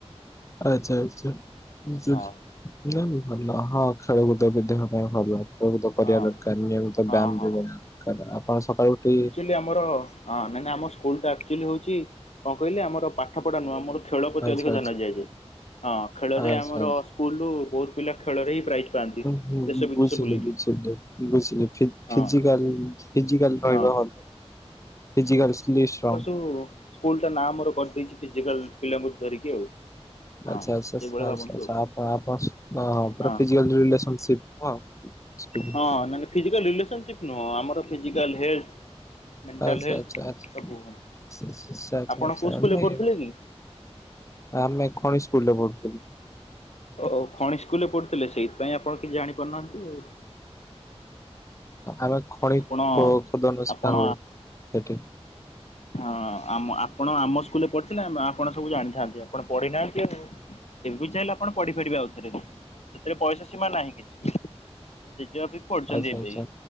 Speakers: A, on the left; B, on the left.
A: ଆଚ୍ଛା ଆଚ୍ଛା। ବୁଝିଲି।
B: ହଁ
A: ନାଇଁ ଭଲ। ହଁ, ଖେଳକୁଦ ବି ଦେହ ପାଇଁ ଭଲ। ଖେଳକୁଦ କରିବା
B: ହଁ
A: ମୂର୍ଖାମି। ବ୍ୟାୟାମ
B: ହଁ ହଁ।
A: ଯୋଗ <unintelligible> ଆପଣ ସକାଳୁ ଉଠି
B: କି ଆମର ଆଁ ନାଇଁ ନାଇଁ ଆମ ସ୍କୁଲଟା ଆକ୍ଚୁଆଲି ହଉଛି କଣ କହିଲେ ଆମର ପା ପାଠ ପଢା ନୁହଁ ଆମର ଖେଳ ପ୍ରତି
A: ଆଚ୍ଛା
B: ଅଧିକ
A: ଆଚ୍ଛା
B: ଧ୍ୟାନ ଦିଆଯଏ। ହଁ ଖେଳରେ
A: ଆଚ୍ଛା
B: ଆମର
A: ଆଚ୍ଛା।
B: ସ୍କୁଲରୁ ବହୁତ ପିଲା ଖେଳରେ ହିଁ ପ୍ରାଇଜ୍ ପାଆନ୍ତି।
A: ହୁଁ ହୁଁ
B: ଦେଶ ବିଦେଶ
A: ବୁଝିଲି
B: ବୁଲିକି
A: ବୁଝିଲି ଯେ ବୁଝିଲି ଫି-ଫିଜିକାଲ
B: ହଁ
A: Physical
B: ହଁ।
A: physical selection.
B: ଉୁଁ ସ୍କୁଲଟା ନାଁ ଆମର କରିଦେଇଛି ଫିଜିକାଲ ପିଲାଙ୍କୁ ଧରିକି ଆଉ। ହଁ
A: ଆଚ୍ଛା ଆଚ୍ଛା
B: ସେଇଭଳିଆ
A: ଆଚ୍ଛା
B: ଭାବନ୍ତୁ
A: ଆଚ୍ଛା
B: ଆଉ
A: ଆପଣ ଆପଣ ସ ଣ ପୁରା
B: ହଁ।
A: ଫିଜିକାଲ ଯୋଉ ରିଲେସନ ସିପନୁହଁ। <unintelligible>
B: ହଁ ନାଇଁ ଫିଜିକାଲ ରିଲେସନସିପ୍ ନୁହଁ ଆମର ଫିଜିକାଲ ହେଡ। ମେଣ୍ଟାଲ
A: ଆଚ୍ଛା
B: ହେଲ
A: ଆଚ୍ଛା ଆଚ୍ଛା
B: ସବୁ ହଁ
A: ଆଚ୍ଛା ଆଚ୍ଛା
B: ଆପଣ କୋଉସ୍କୁଲରେ
A: ଆଚ୍ଛା। ନାଇଁ
B: ପଢ଼ୁଥିଲେକି?
A: ଆମେ ଖଣି ସ୍କୁଲରେ ପଢୁଥିଲୁ।
B: ହଉ ଖଣି ସ୍କୁଲରେ ପଢୁଥିଲେ ସେଇଥିପାଇଁ ଆପଣ କିଛି ଜାଣିପାରୁନାହାନ୍ତି ଆଉ।
A: ଆମେ ଖଣିି
B: ଆପଣ
A: ଖୋ ଖୋଦନର
B: ଆପଣ
A: ସିକାରହୁଏ ସେଠି।
B: ହଁ ଆମ ଆପଣ ଆମ ସ୍କୁଲରେ ପଢିଥିଲେ ଆମ ଆପଣ ସବୁ ଜାଣିଥାନ୍ତେ ଆପଣ ପଢିନାହାନ୍ତି ଆଉ ଏବେବି ଚାହିଁଲେ ଆପଣ ପଢିପାରିବେ ଆଉଥରେ। ସେଥିରେ ବୟସ ସୀମା ନାହିଁ କିଛି। ଜେଜେବାପାବି ପଢିଛନ୍ତି
A: ଆଚ୍ଛା
B: ଏବେ
A: ଆଚ୍ଛା
B: ଏଇ